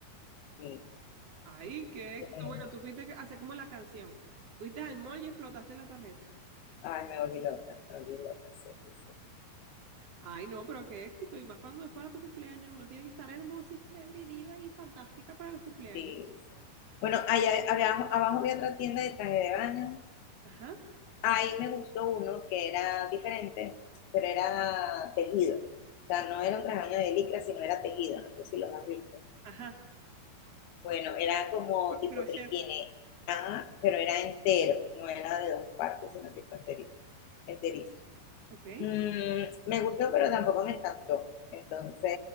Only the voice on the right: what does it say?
Ay, qué éxito.
Bueno, tú fuiste a hacer como la canción. Fuiste al mall y explotaste la tarjeta.
Ay, no, pero qué éxito. Y más cuando es para tu cumpleaños. Uno tiene que estar hermosa y chévere y diva y fantástica para los cumpleaños.
Ajá,
ajá.
Con crochet.
Ok,